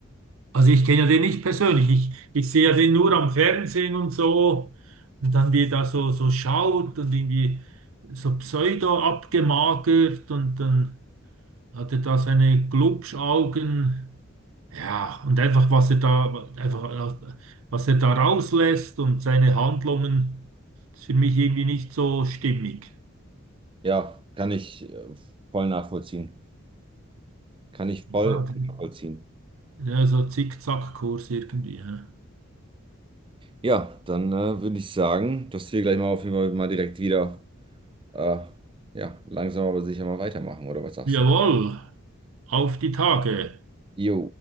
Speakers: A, on the right; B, on the right.
A: Also ich kenne ja den nicht persönlich. Ich, ich sehe ja den nur am Fernsehen und so. Und dann wie er da so, so schaut und irgendwie so pseudo abgemagert und dann. hat er da seine Glubschaugen, ja, und einfach was er da, einfach, was er da rauslässt und seine Handlungen, ist für mich irgendwie nicht so stimmig.
B: Ja, kann ich äh, voll nachvollziehen. Kann ich voll
A: Ah, okay.
B: nachvollziehen.
A: Ja, so Zickzackkurs irgendwie. hä?
B: Ja, dann äh, würde ich sagen, dass wir gleich mal auf jeden Fall mal direkt wieder, äh, ja, langsam aber sicher mal weitermachen, oder was sagst
A: Jawohl,
B: du?
A: auf die Tage.
B: Jo.